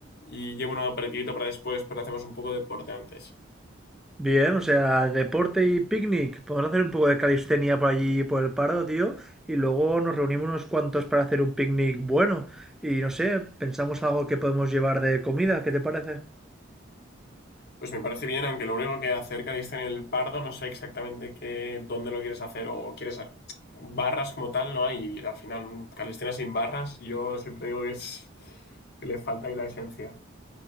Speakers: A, on the left; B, in the centre.
A: y llevo una aperitivita para después, pero hacemos un poco de deporte antes?
B: Bien, o sea, deporte y picnic. Podemos hacer un poco de calistenia por allí, por el Pardo, tío. Y luego nos reunimos unos cuantos para hacer un picnic bueno. Y no sé, pensamos algo que podemos llevar de comida. ¿Qué te parece?
A: Pues me parece bien, aunque lo único que acerca de en el Pardo no sé exactamente qué, dónde lo quieres hacer o quieres a- barras como tal no hay y al final un calistenia sin barras yo siempre digo que es que le falta ahí la esencia.